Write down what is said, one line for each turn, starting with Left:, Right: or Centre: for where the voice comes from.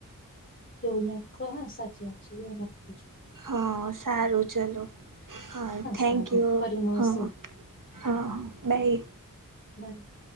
Left: એવું નકહ, સાચી વાત છે એવું નથી પૂછ્યું.
Right: હા, સારું ચલો. હા થેન્ક
Left: સારું
Right: યુ,
Left: ફરી મળશું
Right: હા, હા, હા, બાય.
Left: <unintelligible>